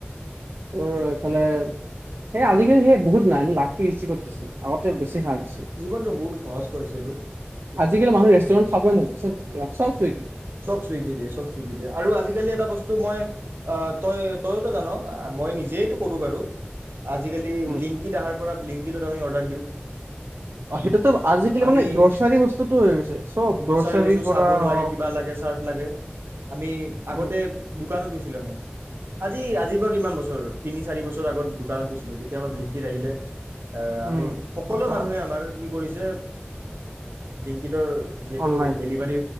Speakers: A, on the right; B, on the right.
A: তোৰ এইফালে স আজিকালি সেই বহুত নাই লাইফটো ইি কৰি দিছে আগতে বেছি সাৰ
B: জীৱনটো বহুত সহজ কৰিছে এইটো
A: আজিকালি মানুহ ৰেষ্টুৰেন্ট সাবছে চব ছুই কি
B: চব চুইদি দিয়ে চব চুইদি দিয়ে আৰু আজিকালি এটা বস্তু মই অহ তই তইয়োতো জান, মই নিজেইটো বাৰু আজিকালি
A: উম
B: ব্লিনকিত অহাৰ পৰা আমি অৰ্ডাৰ দিওঁ
A: অ সেইটোতো আজিকালি
B: আমি
A: মানে গ্ৰছাৰী বস্তুতটো হৈ গৈছে চব
B: গ্ৰছাৰী
A: গ্ৰ'ছাৰীৰ
B: বস্তু
A: পৰা
B: চাবোন
A: হওক।
B: লাগে কিবা লাগে চাৰ্ট লাগে আমি আগতে
A: উম
B: দোকানত গৈছিলোঁ আমি, আজি আজিৰ পৰা কিমান বছৰ, তিনি চাৰি বছৰ আগত দোকানত গৈছিলোঁ যেতিয়াৰ পৰা ব্লিংকিত আহিলে অ আমি
A: উম
B: সকলো
A: আচ্ছা
B: মানুহে আমাৰ কি কৰিছে <inaudible> ডিংকিতৰ যিহেতু
A: অনলাইন
B: ডেলিভাৰী।